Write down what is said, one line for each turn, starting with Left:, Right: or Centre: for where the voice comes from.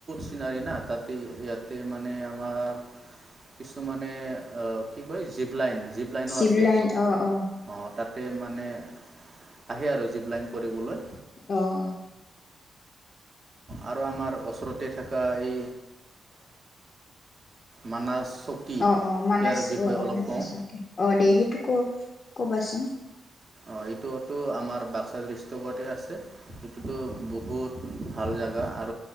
Right: চিনাৰি না তাতে ইয়াতে মানে আমাৰ কিছুমানে অ কি কয় জীপ লাইন জিপ লাইনো
Left: চিভ
Right: আছে
Left: লাইন অহ অহ।
Right: অঁ তাতে মানে আহে আৰু জীপ লাইন কৰিবলৈ।
Left: অহ
Right: আৰু আমাৰ ওচৰতে থকা এই মানাছ চকী
Left: অহ অহ মানছ
Right: ইয়াৰ বিষয়ে
Left: অহ অহ
Right: অলপ
Left: মানছক
Right: কওঁ
Left: অকে দে সেইটো ক কবাচোন
Right: অ এইটোতো আমাৰ বাক্সা ডিষ্ট্ৰিকতে আছে সেইটো বহুত ভাল জাগা আৰু